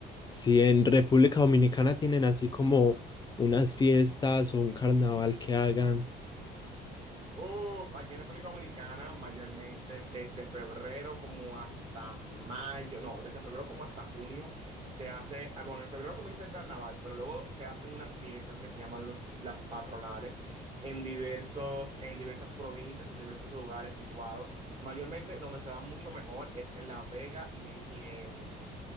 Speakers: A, on the left; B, on the right.
A: Si en República Dominicana tienen así como unas fiestas o un carnaval que hagan,
B: Uf, aquí en República Dominicana, mayormente desde febrero como hasta mayo, no, desde febrero como hasta junio, se hace, ah, bueno, en febrero comienza el carnaval, pero luego se hacen unas fiestas que se llaman los, las patronales en diversos, en diversas provincias, en diversos lugares situados. Mayormente donde se da mucho mejor es en La Vega y en,